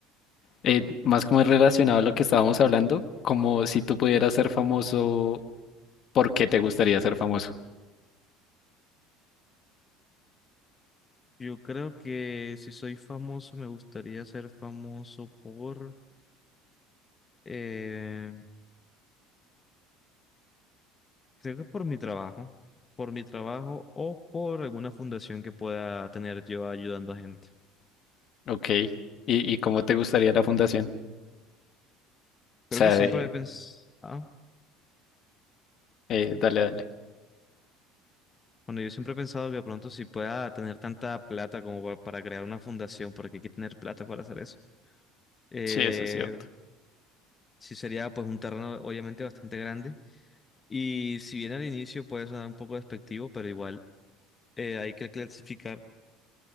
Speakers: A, on the left; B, on the left.
A: Eh, más como es relacionado a lo que estábamos hablando, como si tú pudieras ser famoso, ¿por qué te gustaría ser famoso?
B: Yo creo que si soy famoso, me gustaría ser famoso por, eh, creo que por mi trabajo, por mi trabajo o por alguna fundación que pueda tener yo ayudando a gente.
A: Ok. ¿Y, y cómo te gustaría la fundación?
B: Creo
A: O sea,
B: que siempre
A: de...
B: he pensado,
A: eh, dale, dale.
B: bueno, yo siempre he pensado que de pronto si pueda tener tanta plata como pa- para crear una fundación, porque hay que tener plata para hacer eso. Eh,
A: Sí, eso es cierto.
B: sí sería pues un terreno obviamente bastante grande y si bien al inicio puede sonar un poco despectivo, pero igual eh, hay que clasificar.